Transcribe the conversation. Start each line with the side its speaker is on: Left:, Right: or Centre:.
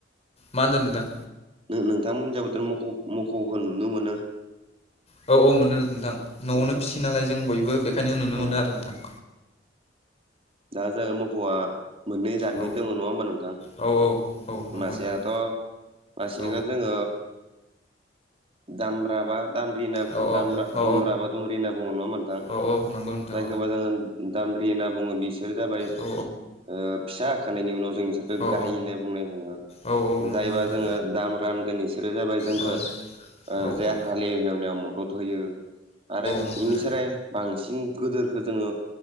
Left: मा होनदों नोंथां?
Right: नों नोंथांमोननि जायगायावथ' मख' मख'खौ नुनो मोनो
Left: औ औ मोनो नोंथां न'आवनो
Right: औ
Left: फिसियो नालाय जों बयबो बेखायनो नुनो
Right: औ
Left: मोनो आरो नोंथां
Right: दा जोङो मख'आ मोननै जातनि
Left: औ
Right: दङ नङा होमबा नोंथां?
Left: औ औ नंगौ
Right: मासेयाथ'
Left: नोंथां
Right: मासेखौ
Left: औ
Right: जोङो दामब्राबा दामब्रिना
Left: औ
Right: दामब्रा
Left: औ
Right: दुमब्रा बा दुमब्रि होनना बुङो नङा होनबा नोंथां?
Left: औ औ नंगौ नोंथां
Right: जायखौबा जोङो दामब्रि होनना बुङो बिसोर जाबाय
Left: औ
Right: ओ फिसा होखांनायनि उनाव जों बिसोर खो
Left: औ
Right: गाय होननाय बुंनाय थांङो
Left: औ औ नंगौ
Right: जायबा
Left: नोंथां
Right: जोङो दामब्रा होनगोन इसोरो जाबाय जोंखो
Left: औ
Right: ओ
Left: औ
Right: जे
Left: औ
Right: हालेएवनायाव मदद होयो आरो
Left: नंगौ
Right: एनिस्राय बांसिन गोदोरखो जोङो